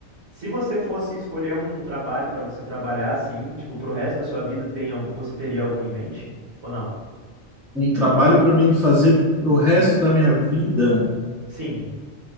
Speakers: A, on the right; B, in the centre.
A: Se você fosse escolher um trabalho para você trabalhar assim, tipo, pro resto da sua vida, tem algu- você teria algum em mente? Ou não?
B: Um trabalho para mim fazer pro resto da minha vida.
A: Sim.